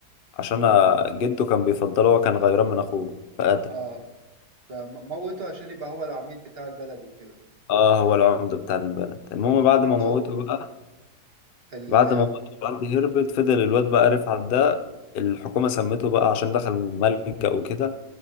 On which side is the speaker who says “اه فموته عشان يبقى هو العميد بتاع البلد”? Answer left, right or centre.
Right